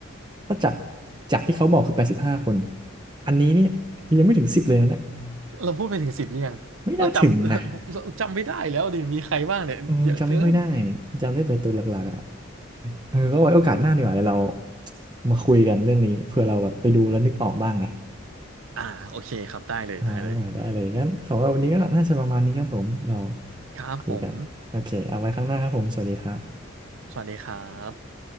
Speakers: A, on the right; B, on the right.
A: ถ้าจากจากที่เขาบอกคือแปดสิบห้าคนอันนี้เนี่ยยังไม่ถึงสิบเลยนะเนี่ย
B: เราพูดไปถึงสิบหรือยังเราจำ
A: ไม่น่าถึงนะ
B: <laughs> เราจำไม่ได้แล้วดิ มีใครบ้างเนี่ยเยอะเกิน
A: เออจำไม่ค่อยได้จำได้แต่ตัวหลักๆอ่ะเออก็ไว้โอกาสหน้าดีกว่าเดี๋ยวเรามาคุยกันเรื่องนี้เผื่อเราแบบไปดูแล้วนึกออกบ้างไง
B: อ่าโอเคครับได้เลยได้เลย
A: อ่าได้เลยงั้นสำหรับวันนี้ก็น่าจะประมาณนี้ครับผมเรา
B: ครับผม
A: คุยกันโอเคเอาไว้ข้างหน้าครับผมสวัสดีครับ
B: สวัสดีครับ